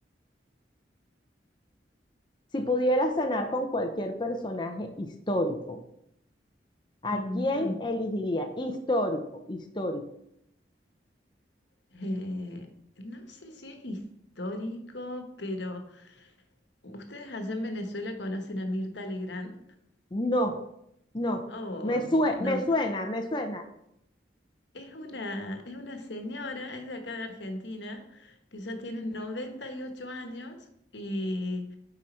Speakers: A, on the left; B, on the left.
A: Si pudieras cenar con cualquier personaje histórico, ¿a
B: ujú.
A: quién elegiría? Histórico, histórico.
B: Eh, no sé si es histórico, pero ¿ustedes allá en Venezuela conocen a Mirta Legrand?
A: No, no.
B: Oh,
A: Me sue-
B: no.
A: me suena, me suena.
B: Es una, es una señora, es de acá de Argentina, que ya tiene 98 años y